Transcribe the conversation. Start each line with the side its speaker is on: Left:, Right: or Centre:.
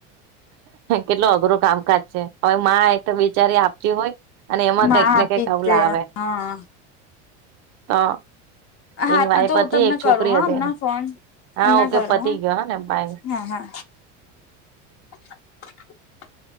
Right: કેટલુ અઘરું કામકાજ છે હવે મા એ તો બિચારી આપતી હોય, અને એમાં
Left: મા
Right: કઈક ને
Left: આપી
Right: કઈક આવું
Left: જ દે
Right: લાવે.
Left: હા
Right: તો
Left: હા
Right: એની વાઈફ
Left: તો હું
Right: હતી
Left: તમને
Right: એક છોકરી
Left: કરું હા
Right: હતી
Left: હમણાં
Right: એની.
Left: ફોન
Right: હા,
Left: હમણાં
Right: ઓકે
Left: કરો
Right: પતી
Left: હા
Right: ગયો હને, બાય
Left: હા હા <inaudible>